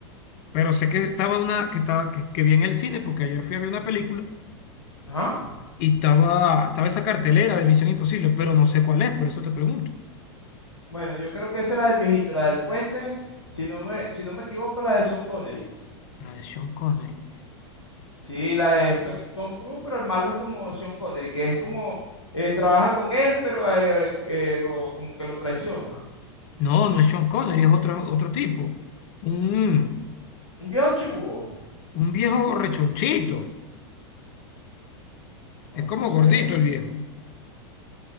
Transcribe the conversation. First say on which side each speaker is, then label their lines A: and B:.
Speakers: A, on the left (about 50°); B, on the left (about 80°).
A: Pero sé que estaba una, que estaba, que, que vi en el cine, porque ayer fui a ver una película
B: Ajá.
A: y estaba, estaba esa cartelera de Misión Imposible, pero no sé cuál es, por eso te pregunto.
B: Bueno, yo creo que esa es la del viejito, la del puente. Si no me, si no me equivoco, la de Sean Connery.
A: La de Sean Connery.
B: Sí, la de To- Tom Cruise, pero el malo es como Sean Connery, que es como eh, trabaja con él, pero eh, eh, lo, como que lo traiciona.
A: No, no es Sean Connery, es otro, otro tipo. Un,
B: Un viejo chivo.
A: un viejo rechonchito.
B: No,
A: Es
B: no
A: como
B: sé.
A: gordito el viejo.